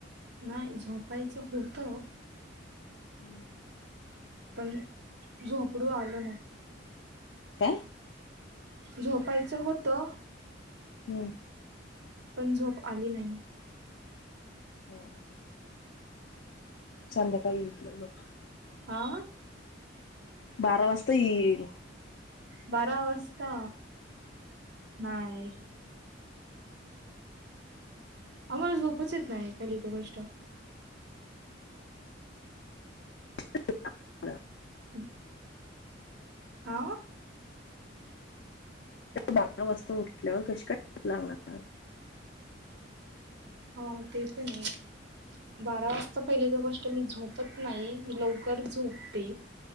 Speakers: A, on the right; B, on the left.
A: नाही झोपायचं होत
B: हम्म
A: पण झोपडू आल नाही
B: का
A: झोपायचं होतं
B: हम्म
A: पण झोप आली नाही
B: हो संध्याकाळी येईल तुला लोक
A: हा
B: बारा वाजता ये
A: बार अवस्था नाही आम्हाला झोपचच नाही पहिली तर गोष्ट
B: <inaudible>
A: हम् हा
B: बारा वाजता उठल्यावर कशी काय झोप लागणार
A: हा ते पण ये बारा वाजता पहिले तर गोष्ट मी झोपत नाही मी लवकर झोपते